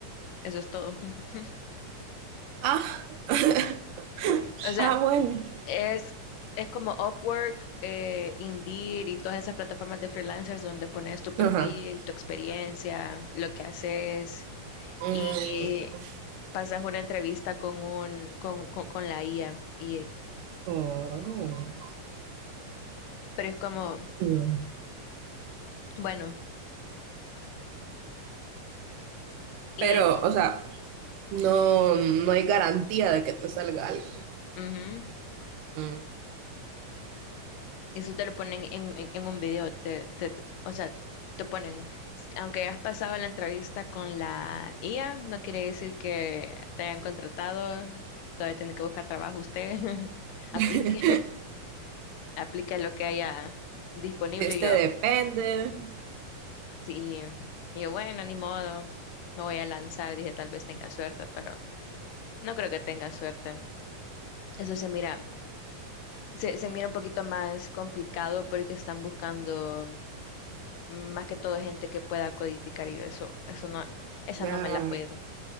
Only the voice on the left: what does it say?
eso es todo. <laughs>
O sea,
Es, es como Upwork, eh, Indeed y todas esas plataformas de freelancers donde pones tu perfil,
tu experiencia, lo que haces
y pasas una entrevista con un con, con, con la IA y
pero es como,
bueno, y
ujú.
Eso te lo ponen en, en- en un video, te, te- te- o sea, te ponen, aunque has pasado la entrevista con la IA, no quiere decir que te hayan contratado, todavía tiene que buscar trabajo usted, <laughs>
aplique, <laughs> aplique lo que haya disponible.
Y Yo,
sí, y yo, bueno, ni modo, me voy a lanzar, dije, tal vez tenga suerte, pero no creo que tenga suerte. Eso se mira, se, se mira un poquito más complicado porque están buscando Más que todo gente que pueda codificar y yo eso, eso no, esa
no me la puedo.